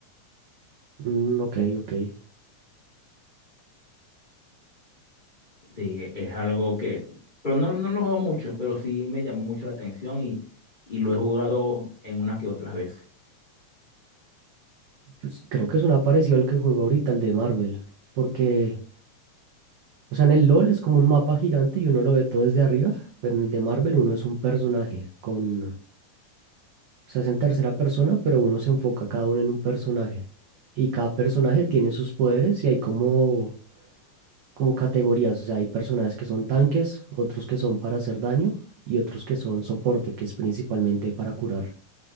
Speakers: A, on the right; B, on the left.
A: Mm, ok, ok.
B: Sí, es algo que, pero no, no lo juego mucho, pero sí me llamó mucho la atención y, y lo he jugado en unas que otras veces.
A: Pues creo que es una parecido al que juego ahorita, el de Marvel, porque O sea, en el LOL es como un mapa gigante y uno lo ve todo desde arriba, pero en el de Marvel uno es un personaje con... O sea, es en tercera persona, pero uno se enfoca cada uno en un personaje. Y cada personaje tiene sus poderes y hay como, como categorías. O sea, hay personajes que son tanques, otros que son para hacer daño y otros que son soporte, que es principalmente para curar.